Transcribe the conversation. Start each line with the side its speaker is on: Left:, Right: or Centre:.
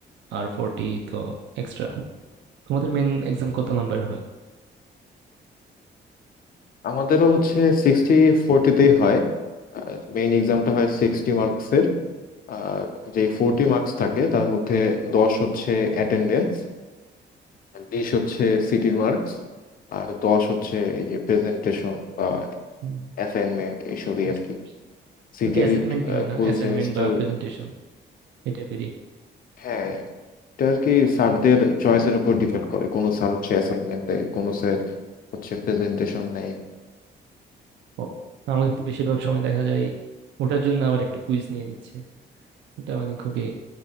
Right: আর ফোরটি তো এক্সট্রা তোমাদের মেইন এক্সাম কত নাম্বার
Left: আমাদেরও হচ্ছে সিক্সটি ফোরটিতেই হয় মেইন এক্সামটা হয় সিক্সটি মার্কসের আর যে ফোরটি মার্কস থাকে তার মধ্যে দশ হচ্ছে অ্যাটেন্ডেন্স বিশ হচ্ছে সিটির মার্কস আর দশ হচ্ছে এই যে প্রেজেন্টেশন বা
Right: হয়
Left: অ্যাসাইনমেন্ট এইসবই
Right: বুঝতে
Left: আর কি
Right: পারছি
Left: সিটির
Right: শুধু কি অ্যাসাইনমেন্টই হয় না
Left: ফুল
Right: অ্যাসাইনমেন্ট
Left: সেমিস্টার
Right: বা প্রেজেন্টেশন এই টাইপেরই
Left: হ্যাঁ এটা আর কি স্যারদের চয়েসের উপর ডিপেন্ড করে কোনো স্যার হচ্ছে অ্যাসাইনমেন্ট দেয় কোনো স্যার হচ্ছে প্রেজেন্টেশন নেয়
Right: ও আমাদের তো বেশিরভাগ সময় দেখা যায় ওটার জন্য আবার একটা কুইজ নিয়ে নিচ্ছে ওটা মানে খুবই